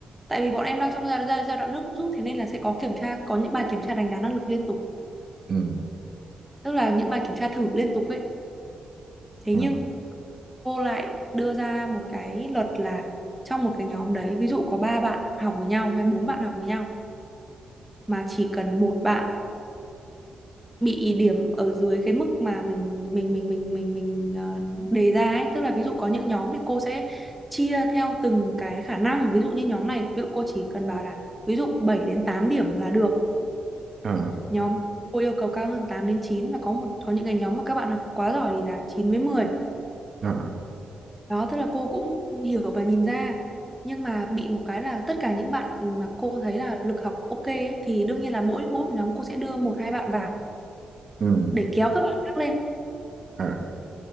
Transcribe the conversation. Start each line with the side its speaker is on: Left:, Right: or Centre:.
Centre: tại vì bọn em đang trong giai, giai, giai đoạn nước rút thế nên là sẽ có kiểm tra có những bài kiểm tra đánh giá năng lực liên tục
Right: ừ
Centre: tức là những bài kiểm tra thử liên tục ấy thế
Right: à
Centre: nhưng cô lại đưa ra một cái luật là trong một cái nhóm đấy ví dụ có ba bạn học với nhau hay bốn bạn học với nhau mà chỉ cần một bạn bị điểm ở dưới cái mức mà mình mình mình mình mình mình ờ, đề ra ấy tức là ví dụ có những nhóm thì cô sẽ chia theo từng cái khả năng ví dụ như nhóm này ví dụ cô chỉ cần bảo là ví dụ 7 đến 8 điểm là được
Right: à
Centre: nhóm cô yêu cầu cao hơn 8 đến chín và có một có những cái nhóm mà các bạn học quá giỏi thì là 9 với mười
Right: à
Centre: Đó, tức là cô cũng hiểu và nhìn ra. Nhưng mà bị một cái là tất cả những bạn mà cô thấy là lực học ok ấy, thì đương nhiên là mỗi mỗi một nhóm cô sẽ đưa một hai bạn vào
Right: ừ
Centre: để kéo các bạn khác lên.
Right: à